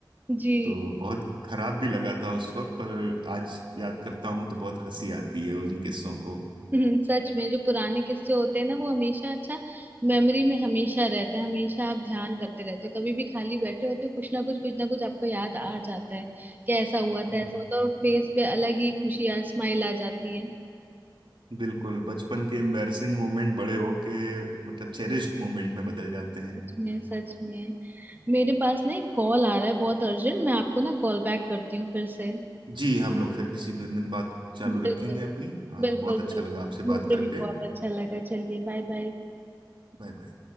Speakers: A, on the right (about 25°); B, on the right (about 85°).
A: जी
B: तो बहुत खराब भी लगा था उस वक्त पर आज याद करता हूँ तो बहुत हंसी आती है उन किस्सों को
A: हम्म, सच में जो पुराने किस्से होते हैं ना वो हमेशा अच्छा मेमोरी में हमेशा रहते हैं हमेशा आप ध्यान करते रहते हो कभी भी खाली बैठे होते हो कुछ ना कुछ कुछ ना कुछ आपको याद आ जाता है कि ऐसा हुआ था
B: हम्म,
A: ऐसा होता है और फेस पे अलग ही खुशी आ स्माइल आ जाती है
B: बिल्कुल बचपन के एम्बैरसिंग मोमेंट बड़े होके मतलब चेरिश्ड मोमेंट में बदल जाते हैं
A: सच में सच में मेरे पास ना एक कॉल आ रहा है बहुत अर्जेंट मैं आपको ना कॉल बैक करती हूँ फिर से
B: जी हम लोग फिर किसी दिन बात चालू
A: बिल्कुल
B: रखेंगे अपनी आ,
A: बिल्कुल
B: बहुत
A: बिल्कुल
B: अच्छा लगा आपसे
A: मुझे
B: बात करके
A: भी बहुत अच्छा लगा चलिए बाय बाय
B: Bye bye